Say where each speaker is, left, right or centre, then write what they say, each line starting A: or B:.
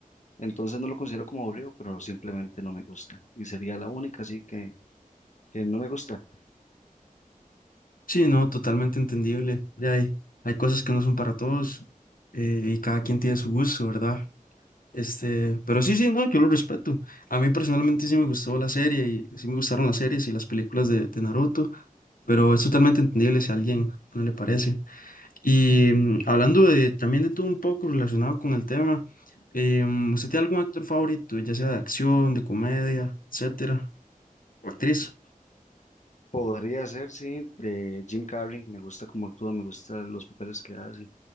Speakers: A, on the left; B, on the left.
A: Entonces no lo considero como aburrido, pero simplemente no me gusta. Y sería la única, así que, que no me gusta.
B: Sí, no, totalmente entendible. Ya hay, hay cosas que no son para todos eh, y cada quien tiene su gusto, ¿verdad? Este, pero sí, sí, no, yo lo respeto. A mí personalmente sí me gustó la serie y sí me gustaron las series y las películas de, de Naruto, pero es totalmente entendible si a alguien no le parece. Y mm, hablando de, también de todo un poco relacionado con el tema, eh, mm, ¿usted tiene algún actor favorito, ya sea de acción, de comedia, etcétera, o actriz?
A: Podría ser, sí, de Jim Carrey. Me gusta cómo actúa, me gustan los papeles que hace,